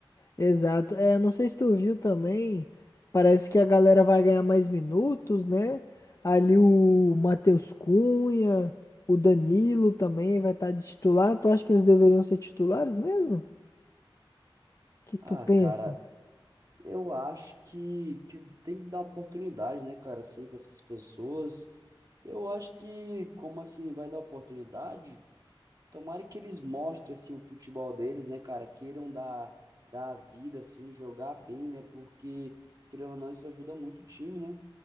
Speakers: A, on the left (about 35°); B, on the right (about 45°).
A: Exato. É, não sei se tu viu também, parece que a galera vai ganhar mais minutos, né? Ali o Matheus Cunha, o Danilo também vai estar de titular. Tu acha que eles deveriam ser titulares mesmo? O que que
B: Ah,
A: tu pensa?
B: cara, eu acho que, que tem que dar oportunidade, né, cara, assim, para essas pessoas. Eu acho que, como assim, vai dar oportunidade? Tomara que eles mostrem, assim, o futebol deles, né, cara? Queiram dar, dar a vida, assim, jogar bem, né? Porque, querendo ou não, isso ajuda muito o time, né?